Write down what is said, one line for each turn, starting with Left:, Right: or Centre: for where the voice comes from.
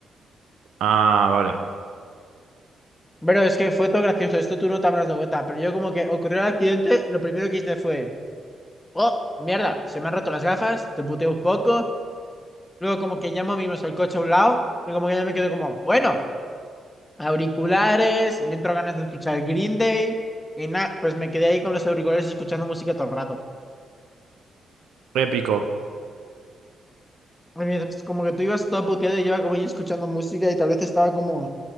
Right: Ah, vale.
Left: Pero es que fue todo gracioso, esto tú no te habrás dado cuenta, pero yo como que ocurrió el accidente, lo primero que hice fue, oh, mierda, se me han roto las gafas, te puteo un poco, luego como que ya movimos el coche a un lado, y como que ya me quedé como, bueno, auriculares, me entró ganas de escuchar Green Day, y nada, pues me quedé ahí con los auriculares escuchando música todo el rato.
Right: Épico.
Left: Y mientras como que tú ibas todo puteado y yo iba como ahí escuchando música y tal vez estaba como,